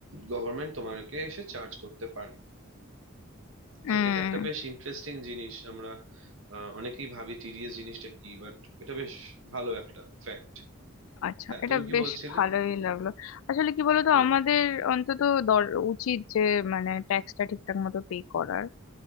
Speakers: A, on the right; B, on the left.
A: গভর্নমেন্ট তোমাকে এসে চার্জ করতে পারে
B: হুম
A: তো এটা একটা বেশ ইন্টারেস্টিং জিনিস আমরা আহ, অনেকেই ভাবি টিডিএস জিনিসটা কি বাট এটা বেশ ভালো একটা ফ্যাক্ট
B: আচ্ছা
A: হ্যাঁ
B: এটা
A: তুমি কি
B: বেশ
A: বলছিলে
B: ভালোই লাগলো আসলে কি বলতো
A: হুম
B: আমাদের অন্তত দর উচিত যে মানে ট্যাক্সটা ঠিকঠাক মতো পে করার